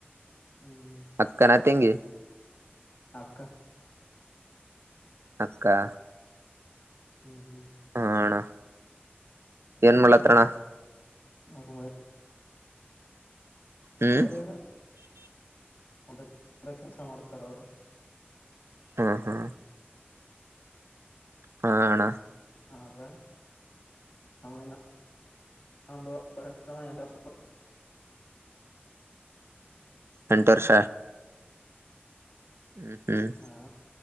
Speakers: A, on the left (about 50°); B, on the right (about 85°).
A: ಹ್ಮ್
B: ಅಕ್ಕನ ತಂಗಗೆ
A: ಅಕ್ಕ
B: ಅಕ್ಕಾ
A: ಹ್ಮ್ ಹ್ಮ್
B: ಆಣ ಏನ್ ಮಾಡತ್ರಣ
A: ಆ ಮಾಡ
B: ಹ್ಮ್
A: ಅವರ ಏನ ಒಂದ ಕೆಲ್ಸ ಮಾಡ್ತಾರ ಅವರು
B: ಹಾ ಹಾ ಹಣ
A: ಹಾದ ಆಮೇಲೆ ನ ಎಂಟರ್
B: ಎಂಟು ವರ್ಷ ಹ್ಮ್ ಹ್ಮ್
A: ಹಾ